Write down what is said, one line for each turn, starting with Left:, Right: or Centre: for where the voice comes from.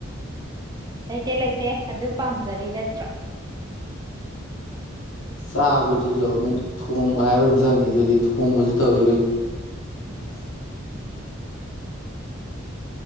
Right: ꯂꯩꯇꯦ ꯂꯩꯇꯦ ꯑꯗꯨ ꯄꯥꯝꯖꯔꯤ ꯅꯠꯇ꯭ꯔꯥ
Left: ꯆꯥꯕꯗꯨꯁꯨ ꯑꯃꯨꯛ ꯊꯣꯡꯕ ꯍꯥꯏꯕ ꯑꯃ ꯆꯪꯉꯤ ꯑꯗꯨꯗꯤ ꯊꯣꯡꯕꯁꯨ ꯇꯧꯏꯤ ꯀꯩꯅꯣ
Right: ꯎꯝ